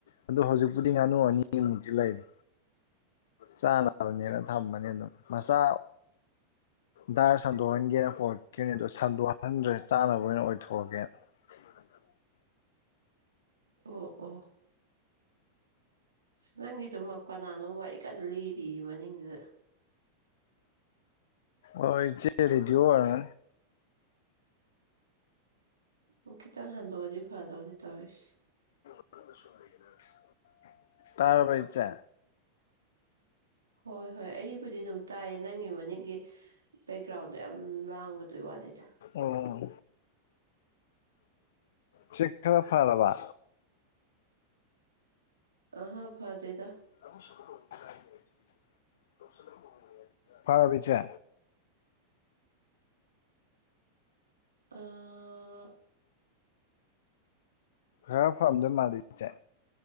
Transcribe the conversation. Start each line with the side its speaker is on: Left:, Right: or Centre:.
Left: ꯑꯗꯨ ꯍꯧꯖꯤꯛꯄꯨꯗꯤ ꯉꯥꯅꯨ ꯑꯅꯤꯃꯨꯛꯇꯤ ꯂꯩꯔꯤ ꯆꯥꯅꯕꯅꯦꯅ ꯊꯝꯕꯅꯤ ꯑꯗꯨꯝ ꯃꯆꯥ ꯗꯥꯔ ꯁꯟꯗꯣꯛꯍꯟꯒꯦꯅ ꯄꯣꯔꯛꯈꯤꯕꯅꯤ ꯑꯗꯣ ꯁꯟꯗꯣꯛꯍꯟꯗ꯭ꯔꯦ ꯆꯥꯅꯕ ꯑꯣꯏꯅ ꯑꯣꯏꯊꯣꯛꯑꯒꯦꯅ <unintelligible>
Right: ꯑꯣ-ꯑꯣ ꯑꯁ ꯅꯪꯒꯤꯗꯨꯃꯛ <inaudible> ꯀꯅꯥꯅꯣꯝ ꯋꯥꯔꯤ ꯀꯟꯅ ꯂꯤꯔꯤ ꯃꯅꯤꯡꯗꯨꯗ
Left: ꯑꯣ ꯏꯆꯦ ꯔꯦꯗꯤꯑꯣ ꯋꯥꯔ
Right: ꯎ ꯈꯤꯇꯪ ꯍꯟꯗꯣꯛꯑꯗꯤ ꯐꯗꯧꯅꯤ ꯇꯧꯔꯤꯁꯤ
Left: <unintelligible> ꯇꯥꯔꯕ꯭ꯔ ꯏꯆꯦ
Right: ꯍꯣꯏ ꯍꯣꯏ ꯑꯩꯕꯨꯗꯤ ꯑꯗꯨꯝ ꯇꯥꯏꯌꯦ ꯅꯪꯒꯤ ꯃꯅꯤꯡꯒꯤ ꯕꯦꯛꯒ꯭ꯔꯥꯎꯟꯗꯣ ꯌꯥꯝ ꯂꯥꯡꯕꯗꯨꯏ ꯋꯥꯅꯤꯗ
Left: ꯑꯣꯝ ꯆꯦꯛ ꯈꯔ ꯐꯔꯕ
Right: ꯑꯍꯥ ꯐꯥꯗꯦꯗ
Left: <unintelligible> ꯇꯥꯔꯕꯣ ꯏꯆꯦ
Right: ꯑꯥ
Left: ꯈꯔ ꯐꯥꯝꯗꯣꯏ ꯃꯥꯗꯁꯦ